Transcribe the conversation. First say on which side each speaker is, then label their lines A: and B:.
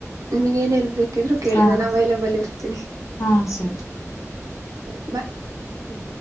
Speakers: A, on the right (about 80°); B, on the left (about 65°).
A: ನಿಮಗ ಏನ ಇಲ್ ಬೇಕಿದ್ರು ಕೇಳಿ
B: ಹಾ
A: ನಾನು ಅವೈಲಬಲ್ ಇರ್ತೀನಿ ಹ
B: ಹಾ ಸರಿ
A: ಸರಿ ಬಾಯ್ ಹ